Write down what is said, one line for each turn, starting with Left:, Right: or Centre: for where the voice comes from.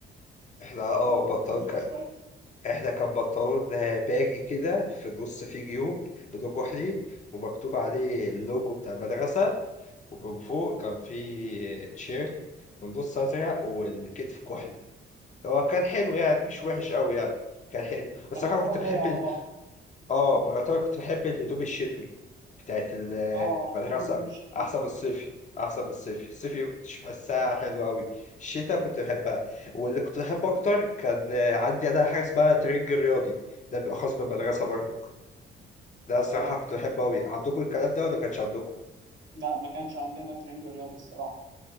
Left: احنا اه
Right: هو لون
Left: بنطلون
Right: غريب
Left: كان
Right: شويه
Left: احنا كان بنطلون اه، باجي كده في النص فيه جيوب لونه كحلي ومكتوب عليه اللوجو بتاع المدرسه ومن فوق كان فيه تيشيرت والنص ازرق والكتف كحلي هو كان حلو يعني مش وحش قوي يعني كان حلو بس
Right: كان
Left: انا
Right: يعتبر
Left: كنت بحب
Right: لايق على
Left: ال...
Right: بعض
Left: اه يعتبر كنت بحب الهدوم الشتوي بتاعت ال-
Right: اه
Left: المدرسه
Right: انا بحب الهدوم الشتوي
Left: احسن من الصيفي احسن من الصيفي الصيفي ما كنتش بحسها حلوه قوي الشتاء كنت بحبها واللي كنت بحبه اكتر كان عندي انا حاجه اسمها ترنج رياضي ده بيبقى خاص بالمدرسه برضو ده الصراحه
Right: اه
Left: كنت بحبه قوي عندكم الكلام ده ولا ما كانش عندكم
Right: لا ما كانش عندنا ترنج رياضي الصراحه